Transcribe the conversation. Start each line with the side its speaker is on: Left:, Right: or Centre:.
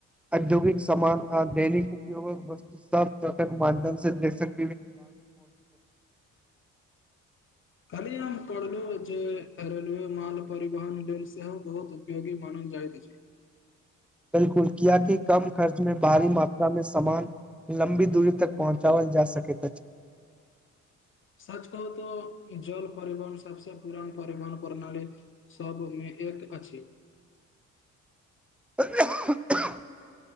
Centre: औद्योगिक समामान आ दैनिक उपयोगक वस्तु सब माध्यम से दे सक
Left: कलही हम पढ़लो जे रेलवे माल परिवहन लऋन सेहो बहुत उपयोगी मानल जाइतइत अछि।
Centre: बिल्कुल, किया की कम खर्च मे भारी मात्रा मे सामान लं्बित दूरी तक पहुँचाबल जा सकै अछि।
Left: सच कहू तऽ, जल परिवहन सबस पुरान परिवहन प्रणाली सबमे एक अछि।
Centre: <unintelligible>